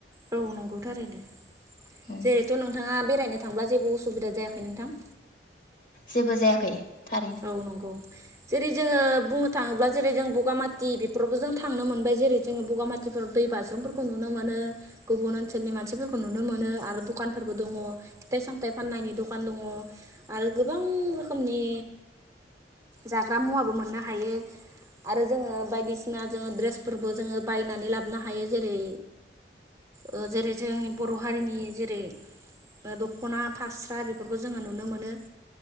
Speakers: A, on the right (about 20°); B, on the left (about 50°).
A: औ नंगौ थारैनो
B: उम
A: जेरैथ' नोंथाङा बेरायनो थांब्ला जेबो उसुबिदा जायाखै नोंथां।
B: जेबो जायाखै। थारैनो
A: औ नंगौ। जेरै जोङो बुंनो थाङोब्ला जेरै जों बगामाथि बेफोरावबो जों थांनो मोनबाय जेरै जोङो बगामाथिफोराव दै बाज्रुमफोरखौ नुनो मोनो गुबुन ओनसोलनि मानसिफोरखौ नुनो मोनो आरो दखानफोरबो दङ फिथाइ सामथाइ फाननायनि दखान दङ आरो गोबां रोखोमनि जाग्रा मुवाबो मोननो हायो आरो जोङो बायदिसिना जोङो द्रेसफोरबो जोङो बायनानै लाबोनो हायो जेरै ओ जेरै जोंनि बर' हारिनि जेरै दखना फास्रा बेफोरखौ जोङो नुनो मोनो